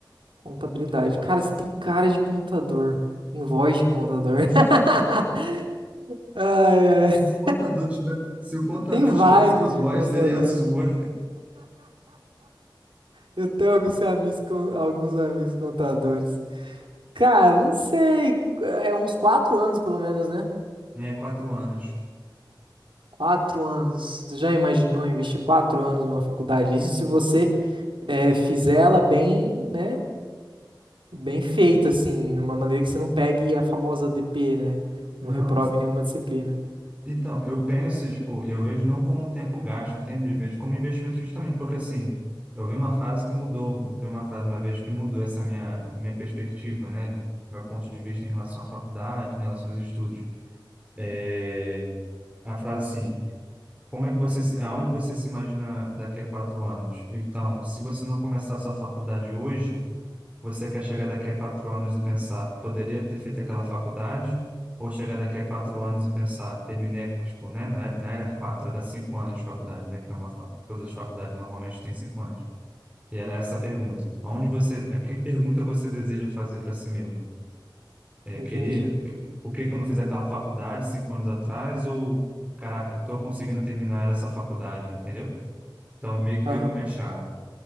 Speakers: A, on the right (about 90°); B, on the right (about 15°).
A: Contabilidade. Cara, você tem cara de contador, tem voz de contador. <laughs> Ai, ai.
B: contador tiver, se o contador
A: Tem vibe
B: tivesse uma
A: de
B: voz,
A: contador.
B: seria a sua.
A: Eu tenho alguns amigos, con- alguns amigos contadores. Cara, não sei, é uns quatro anos pelo menos, né?
B: É, quatro anos.
A: Quatro anos. Você já imaginou investir quatro anos numa faculdade? Isso se você eh, fizer ela bem, né? Bem feita, assim, de uma maneira que você não pegue a famosa DP, né?
B: Não,
A: Não reprove nenhuma disciplina.
B: então, eu penso, tipo, eu vejo não como um tempo gasto, entende? Eu vejo como investimento justamente, porque assim, eu vi uma frase que mudou, vi uma frase uma vez que mudou essa minha, minha perspectiva, né? Meu ponto de vista em relação à faculdade, em relação aos estudos. É, a frase assim, como é que você, se- aonde você se imagina daqui a quatro anos? Então, se você não começar a sua faculdade hoje, Você quer chegar daqui a quatro anos e pensar, poderia ter feito aquela faculdade? Ou chegar daqui a quatro anos e pensar, terminei, tipo, né? Não é- não era quatro, era cinco anos de faculdade, né? Que é uma, fa- todas as faculdades normalmente têm cinco anos. E era essa a pergunta. Onde você, é, que pergunta você deseja fazer para si mesmo? É,
A: Entendi.
B: queria, que- por que que eu não fiz aquela faculdade cinco anos atrás? Ou, caraca, estou conseguindo terminar essa faculdade, entendeu? Então, meio que
A: Aham.
B: virou minha chave.